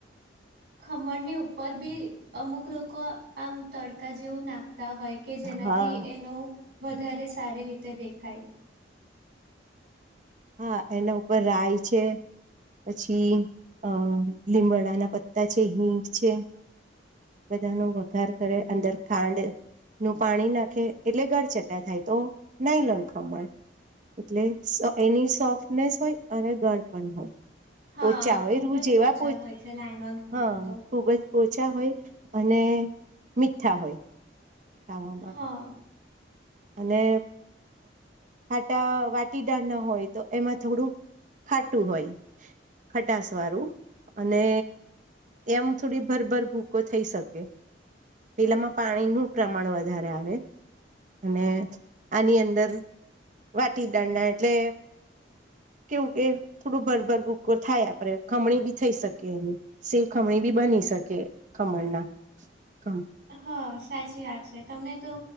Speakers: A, on the right; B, on the right.
A: ખમણની ઉપર બી અમુક લોકો આમ તડકા જેવું નાખતા હોય કે જેનાથી
B: હા
A: એનો વધારે સારી રીતે દેખાય
B: હા એના ઉપર રાય છે, પછી અ લીમડાના પત્તા છે, હિંગ છે. બધાનો વઘાર કરે અંદર ખાંડ નું પાણી નાખે એટલે ગળચટા થાય તો ના લોલખ મળ એટલે એની સોફ્ટનેસ હોય અને ગળ પણ હોય.
A: હા
B: ઓછા હોય
A: ખુબ
B: રૂ
A: જ
B: જેવા
A: પોચા હોય છે, લાઈનોન ખમણ
B: હા
A: તો.
B: <unintelligible> હોય. અને મીઠા હોય. <inaudible>
A: હા
B: અને ખાટા વાટીદાળ ના હોય તો એમાં થોડું ખાટું હોય ખટાસ વાળું અને એમ થોડી ભરભર ભૂકો થઈ શકે પેલામાં પાણીનું પ્રમાણ વધારે આવે. અને આની અંદર વાટી દાંના એટલે કેવું કે થોડું ભરભર ભૂકો થાય આપણે ખમણી બી થઈ શકી એ <unintelligible> ખમણી બી બની શકે ખમણના. ખમણ
A: હા સાચી વાત છે, તમને તો